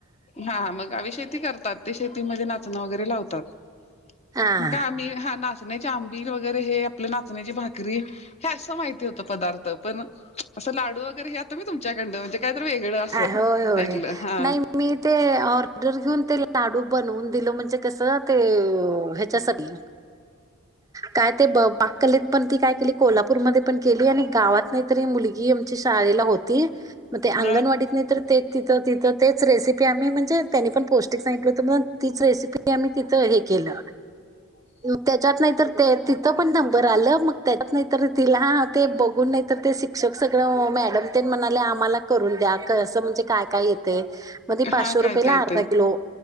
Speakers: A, on the left (about 30°); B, on the right (about 15°).
A: हा मंग आ शेती करतांत ते शेतीमध्ये नाचणं वगैरे लावतात
B: हा
A: मंग का आम्हीं हा नाचण्यांचे आंबी वगैरे हे आपलं नाचण्यांची भाकरी हे असं माहिती होतं पदार्थ पणं असं लाडू वगैरे हे आता मी तुमच्याकडं म्हणजे काय तर वेगळं असं
B: होय, होय,
A: ऐकलं हा
B: नाही मी ते ऑर्डर घेऊन ते लाडू बनवून दिलं, म्हणजे कस ते ह्याच्यासाठी काय ते ब बाक्कलीत पण ती काय केली, कोल्हापूरमध्ये पण केली, आणि गावात नाही तरी मुलगी आमचीं शाळेला होती, म ते अंगणवाडी
A: हा
B: नाही तर ते तिथं तिं तेच रेसिपी आम्ही, म्हणजे त्यांनी पण पौष्टिक सांगितलं होतं म्हणून, ती रेसिपी आम्ही तिथं हे केलं
A: ह
B: मंग त्यांच्यात नाहीं तरं ते तिथं पणं नंबर आलं मंग त्यांच्यात नाहीं तिला ते बघून नाहीं ते शिक्षक सगळं मॅडम आम्हा करूंन द्या <unintelligible> असं म्हणजे कायं कायं येते म्हण पाचशे
A: हा काय
B: रुपयेला
A: काय
B: अर्धा
A: ते
B: किलो